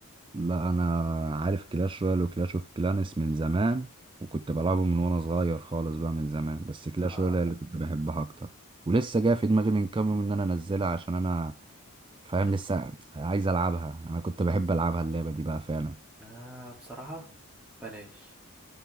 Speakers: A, on the right; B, in the centre.
A: لا انا عارف كلاش رويال وكلاش اوف كلانس من زمان وكنت بلعبه من وانا صغير خالص بقى من زمان بس كلاش
B: اه
A: رويال هي اللي كنت بحبها اكتر ولسه جايه في دماغي من كام يوم ان انا انزلها عشان انا فاهم لسه عايز العبها انا كنت بحب العبها اللعبه دي بقى فعلا
B: انا بصراحه بلاش